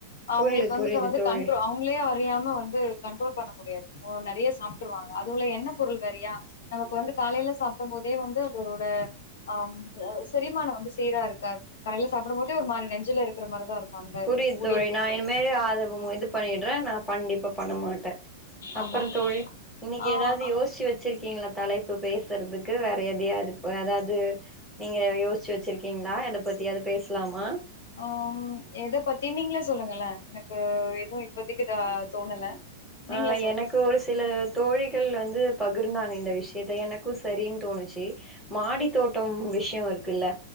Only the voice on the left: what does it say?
அவுங்களுக்
வந்துக்க
வந்து
கண்ட்ரோ அவ் வ்ங்களே அறியாம வந்து கண்ட்ரோல் பண்ண முடியாது ஓ நறையா சாப்ட்டுருவாங்க அதுவுலெ எண்ண பொருள் வேறையா நமக் வந்து காலைல சாப்டும் போதே வந்து தூட அம் <inaudible> செரிமானோ வந்து சீரா இருக்க காலைல சாப்பிடும்போது ஒரு மாரி நெஞ்சுல இரு க்றமாரிதா இருக்கு அந்த இது
பூரி
அப்டின்றது
ஆமா
ஆ
அ
ஆம் எத பத்தி நீங்களே சொல்லுங்களே எனக்கு எதுவு இப்பத்திக்கு த தோணல நீங்களே
சொல்லுங்க